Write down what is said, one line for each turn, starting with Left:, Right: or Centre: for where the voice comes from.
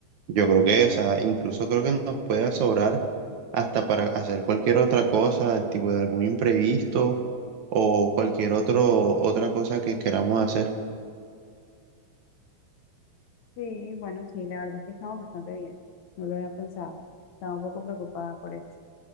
Right: yo creo que, o sea, incluso creo que nos puede sobrar hasta para hacer cualquier otra cosa, tipo de algún imprevisto o cualquier otro, otra cosa que queramos hacer.
Left: Sí, bueno, sí, la verdad es que estamos bastante bien, no lo había pensado, estaba un poco preocupada por eso,